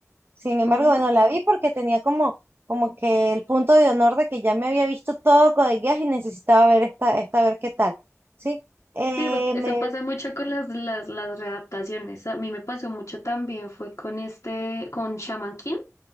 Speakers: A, on the right; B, on the left.
A: Sin embargo,
B: Oh,
A: bueno, la vi porque tenía como, como que el punto de honor de que ya me había visto todo Code Geass y necesitaba ver esta, esta, a ver qué tal, ¿sí? Eh,
B: sí, eso, eso
A: me
B: pasa mucho con las, las, las readaptaciones. A mí me pasó mucho también, fue con este, con Shaman King.